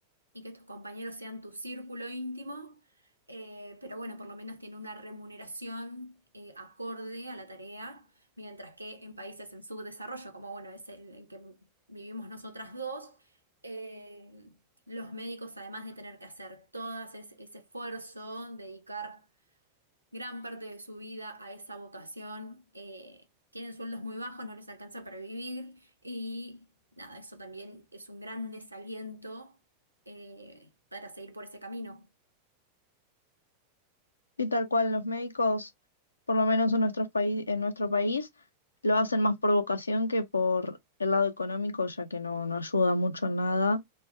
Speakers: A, on the right; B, on the left.
A: y que tus compañeros sean tu círculo íntimo, eh, pero bueno, por lo menos tiene una remuneración eh, acorde a la tarea, mientras que en países en subdesarrollo, como bueno, es el, el que vivimos nosotras dos, eh, los médicos, además de tener que hacer todo ese, ese esfuerzo, dedicar gran parte de su vida a esa vocación. eh, tienen sueldos muy bajos, no les alcanza para vivir y nada, eso también es un gran desaliento eh, para seguir por ese camino.
B: Y tal cual los médicos, por lo menos en nuestros paí- en nuestro país, lo hacen más por vocación que por el lado económico, ya que no, no ayuda mucho en nada,